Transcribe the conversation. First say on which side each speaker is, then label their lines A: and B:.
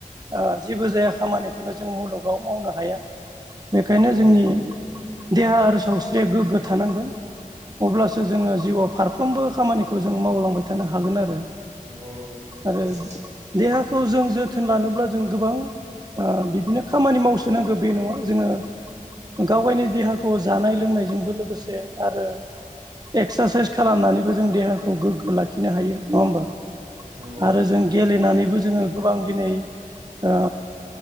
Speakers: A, on the right; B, on the right.
A: ओ जेबो जाया खामानिखौनो जों मुलुगाव मावनो हाया बेखायनो
B: नंगौ
A: जोंनि देहा आरो सावस्रिया गोग्गो थानांगोन। अब्लासो जोङो जिउआव फारफ्रोमबो खामानिखौ जों मावलांबाय थानो हागोन आरो।
B: औ नंगौ
A: आरो
B: औ।
A: देहाखौ जों जोथोन लानोब्ला जों गोबां ओ बिदिनो खामानि मावसोनांगौ बे नङा जोङो गावागावनि देहाखौ जानाय लोंनायजोंबो लोगोसे आरो एक्सारसाइस खालामनानैबो जों देहाखौ गोग्गो लाखिनो हायो। नङा होमबा?
B: नंगौ
A: आरो जों गेलेनानैबो जोङो गोबां दिनै ओ